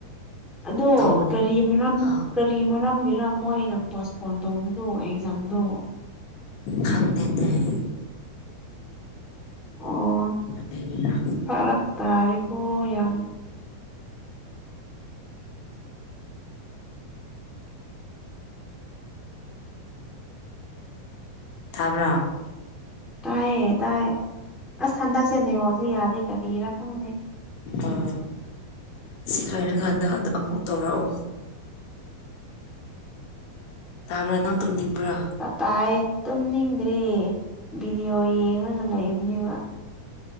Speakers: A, in the centre; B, on the left.
A: ꯑꯗꯣ
B: ꯇꯧꯒꯅꯤ
A: ꯀꯔꯤ ꯃꯔꯝ
B: ꯑꯥ
A: ꯀꯔꯤ ꯃꯔꯝꯒꯤꯔ ꯃꯣꯏꯅ ꯄꯣꯁꯄꯣꯟ ꯇꯧꯕ ꯑꯣ ꯑꯦꯛꯖꯥꯝꯗꯣ
B: ꯈꯪꯗꯦꯅꯦ
A: ꯑꯣ
B: ꯇ ꯂ
A: ꯐꯔꯛ ꯇꯥꯔꯦꯀꯣ ꯌꯥꯝ
B: ꯇꯕꯔ
A: ꯇꯥꯏꯌꯦ ꯇꯥꯏ ꯑꯁ ꯍꯟꯗꯛꯁꯦ ꯅꯤꯉꯣꯜꯁꯦ ꯌꯥꯗꯦ ꯀꯔꯤꯔꯥ ꯈꯪꯅꯤ
B: ꯎꯝ ꯁꯤ ꯂꯣꯏꯔꯀꯥꯟꯗ ꯑ ꯑꯃꯨꯛ ꯇꯧꯔꯛꯑꯣ ꯇꯥꯕ꯭ꯔꯥ ꯅꯪ ꯇꯨꯝꯅꯤꯡꯕ꯭ꯔꯣ
A: ꯀꯇꯥꯏ ꯇꯨꯝꯅꯤꯡꯗ꯭ꯔꯤ ꯚꯤꯗꯤꯑꯣ ꯌꯦꯡꯂꯡꯒ ꯂꯩꯕꯅꯦꯕ